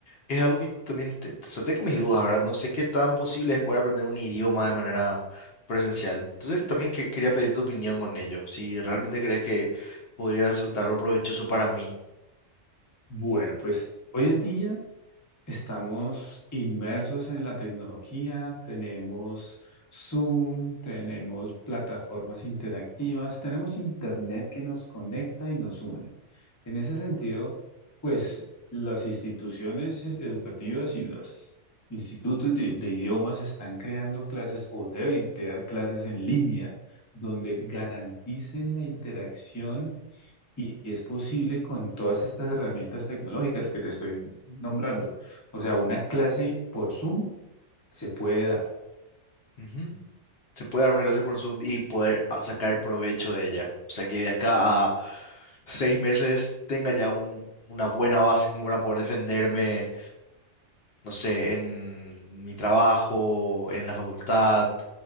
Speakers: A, on the left; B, on the left.
A: es algo que yo también te- o sea, tengo mis dudas, ¿verdad? No sé qué tan posible es poder aprender un idioma de manera presencial. Entonces también que- quería pedir tu opinión con ello, si realmente crees que podría resultar algo provechoso para mí.
B: Bueno, pues hoy en día estamos inmersos en la tecnología, tenemos Zoom, tenemos plataformas interactivas, tenemos Internet que nos conecta y nos une. En ese sentido, pues las instituciones es- educativas y los institutos de, de idiomas están creando clases o deben crear clases en línea donde garanticen la interacción y, y es posible con todas estas herramientas tecnológicas que te estoy nombrando. O sea, una clase por Zoom se puede dar.
A: Ujú. Se puede dar una clase por Zoom y poder a- sacar provecho de ella. O sea, que de acá a seis meses tenga ya un- una buena base como para poder defenderme, no sé, en mi trabajo, en la facultad